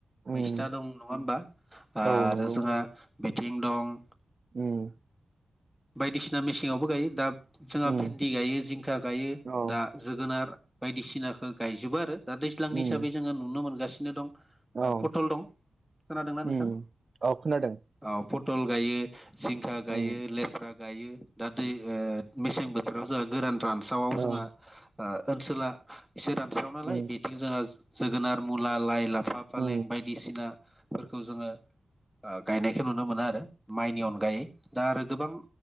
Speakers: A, on the right; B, in the centre.
A: उम
B: मेस्ता दं नङा होमबा आरो
A: औ नंगौ
B: जोंहा बिथिं दं
A: उम
B: बायदिसिना मेसेङावबो गायो दा जोंहा
A: उम
B: भिन्दि गायो जिंखा गायो
A: औ
B: दा जोगोनार बायदिसिनाखौ गायजोबो आरो दा दैज्लांनि
A: उम
B: हिसाबै जोङो नुनो मोनगासिनो दं।
A: औ
B: ओ पटल दं खोनादोंना नोंथां?
A: उम औ खोनादों
B: अ पटल गायो, जिंखा गायो,
A: उम
B: लेस गायो दा दै ओ मेसें बोथोराव जोंहा गोरान रानसावाव जोंहा
A: औ
B: ओ ओनसोला एसे रानस्राव नालाय
A: औ
B: बेथिं जोंहा जोगोनार, मुला, लाइ लाफा फालें
A: औ
B: बायदिसिनाफोरखौ जोङो गायनायखौ नुनो मोनो आरो माइनि अनगायै दा आरो गोबां